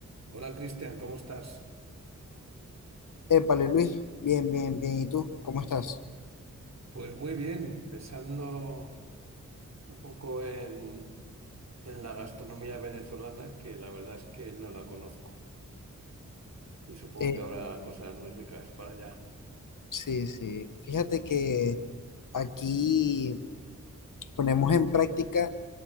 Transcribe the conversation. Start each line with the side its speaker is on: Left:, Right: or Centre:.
Right: Hola Cristian, ¿cómo estás?
Left: Épale, Luis, bien, bien, bien. ¿Y tú? ¿Cómo estás?
Right: Pues muy bien, pensando un poco en, en la gastronomía venezolana, que la verdad es que no la conozco y supongo
Left: Eh,
Right: que habrá cosas muy ricas para allá.
Left: sí, sí. Fíjate que aquí ponemos en práctica